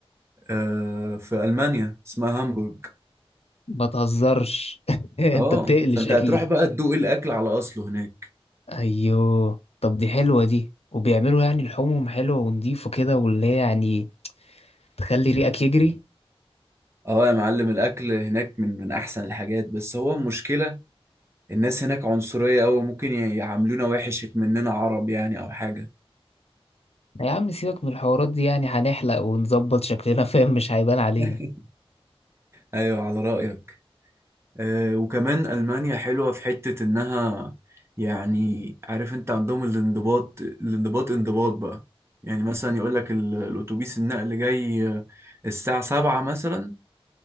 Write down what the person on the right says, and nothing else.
آه، في المانيا اسمها هامبورج
اه
فانت
هتروح بقى تدوق الاكل على اصله هناك
اه يا معلم الاكل هناك من من احسن الحاجات بس هو المشكلة الناس هناك عنصرية أوي ممكن ي- يعاملونا وحش مننا عرب يعني او حاجة
<laughs> ايوه على رأيك آه وكمان ألمانيا حلوة في حتة انها يعني عارف انت عندهم الانضباط الانضباط انضباط بقى يعني مثلا يقول لك الاتوبيس النقل جاي آه، الساعة سبعة مثلا